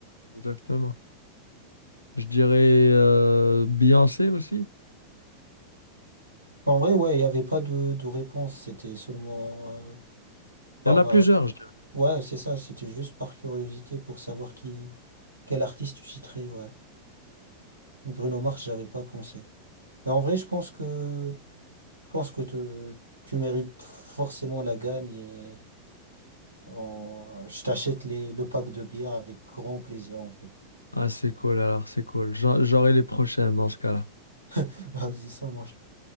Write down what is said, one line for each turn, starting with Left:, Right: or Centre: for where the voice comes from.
Left: Exactement. Je dirais euh, Beyoncé aussi.
Right: En vrai, ouais, il n'y avait pas de, de réponse, c'était seulement euh, par
Left: Il y en a
Right: ma...
Left: plusieurs, je dirais.
Right: Ouais, c'est ça, c'était juste par curiosité pour savoir qui, quel artiste tu citerais, ouais. Bruno Mars, j'avais pas pensé. Mais en vrai, je pense que je pense que te- tu mérites forcément la gagne et en- je t'achète les, le pack de bière avec grand plaisir en vrai.
Left: Ah, c'est cool alors, c'est cool. J'en- J'aurai les prochaines dans ce cas-là.
Right: <laughs> Vas-y, ça marche.